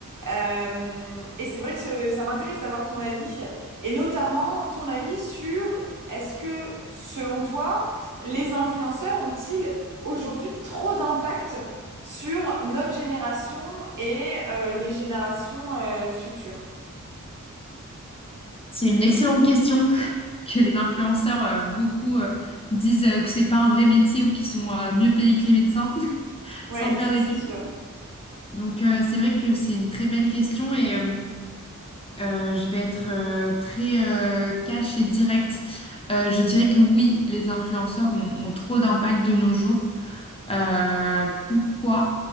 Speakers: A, on the right (about 75°); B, on the left (about 20°).
A: Euh, et c'est vrai que ce- ça m'intéresse d'avoir ton avis et notamment ton avis sur est-ce que selon toi les influenceurs ont-ils aujourd'hui trop d'impact? sur notre génération et euh, les générations euh, futures.
B: C'est une excellente question <laughs> que les influenceurs, euh, beaucoup euh, disent euh, que c'est pas un vrai métier ou qu'ils sont euh, mieux payés que les médecins <laughs>
A: Oui,
B: sans faire
A: ça
B: d'études.
A: c'est sûr.
B: Donc euh, c'est vrai que c'est une très belle question et euh, euh, je vais être euh, très euh, cash et directe. Euh, je dirais que oui, les influenceurs ont, ont trop d'impact de nos jours. Euh, pourquoi?